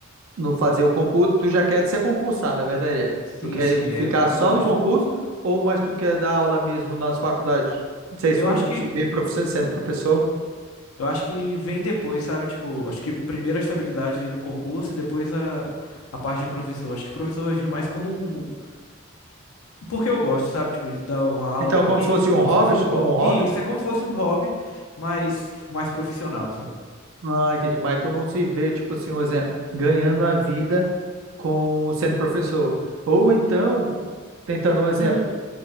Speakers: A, on the right; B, on the left.
A: no fazer o concurso, tu já quer ser concursado, a verdade é.
B: Sim,
A: Tu quer
B: sim, é,
A: ficar
B: eu tô,
A: só
B: eu tô,
A: no concurso ou mas tu quer dar aula mesmo nas faculdades? Não sei se
B: eu
A: tu
B: acho que
A: se vê profe- sendo professor.
B: Eu acho que vem depois, sabe? Tipo, acho que primeiro a estabilidade ali no concurso e depois a, a parte de professor. Acho que professor vai vir mais como um. um, Porque eu gosto, sabe? Tipo, de dar uma aula
A: Então,
B: pra
A: como
B: alguém,
A: se fosse um
B: como
A: hobby,
B: se fosse um hobby.
A: um hobby?
B: E isso é como se fosse um hobby, mas, tipo, mais profissional, sabe?
A: Ah, entendi. Mas tu não se vê, tipo assim, um exemplo, ganhando a vida com sendo professor. Ou então, tentando um exemplo,
B: No...